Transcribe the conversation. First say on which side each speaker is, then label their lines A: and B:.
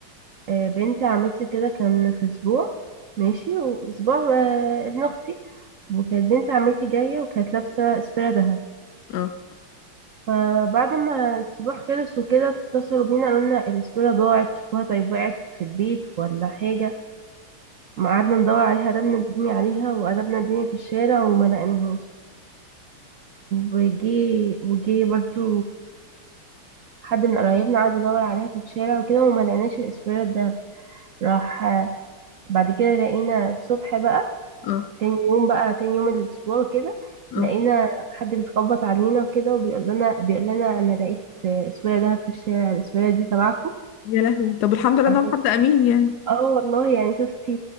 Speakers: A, on the right; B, on the left.
A: آه، بنت عمتي كده كان في اسبوع ماشي واسبوع آه، ابن اختي وكانت بنت عمتي جاية وكانت لابسة اسورة ذهب
B: اه
A: فبعد ما الاسبوع خلص وكده اتصلوا بينا قالوا لنا الاسورة ضاعت شوفوها طيب وقعت في البيت ولا حاجة ما قعدنا ندور عليها قلبنا الدنيا عليها وقلبنا الدنيا في الشارع وما لقيناهاش وجي وجي برضو حد من قرايبنا قعد يدور عليها في الشارع وكده وما لقيناش الاسبريت ده راح بعد كده لقينا الصبح بقى
B: اه
A: تاني يوم بقى تاني يوم الاسبوع كده
B: اه
A: لقينا حد بيخبط علينا وكده وبيقول لنا بيقول لنا انا لقيت اسوية ده في الشارع الاسوية دي تبعكم
B: يا لهوي طب الحمد لله
A: عشان
B: ان هو حد امين يعني
A: اه والله يعني شفتي